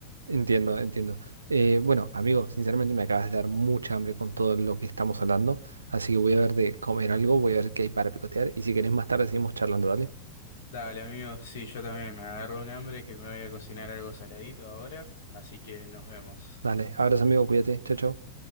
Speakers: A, on the right; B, on the left.
A: Entiendo, entiendo. Eh, bueno, amigo, sinceramente me acabas de dar mucha hambre con todo lo que estamos hablando, así que voy a ver de comer algo, voy a ver qué hay para picotear y si querés más tarde seguimos charlando, dale.
B: Dale, amigo, sí, yo también me agarro un hambre que me voy a cocinar algo saladito ahora, así que nos vemos.
A: Dale, abrazo amigo, cuídate, chao, chao.